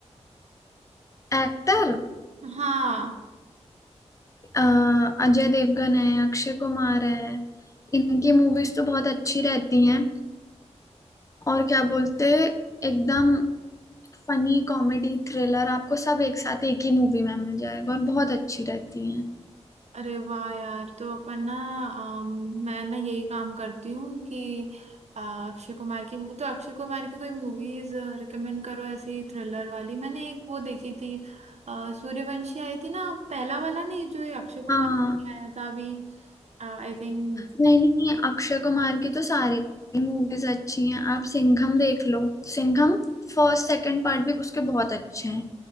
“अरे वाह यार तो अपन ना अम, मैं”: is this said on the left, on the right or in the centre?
Right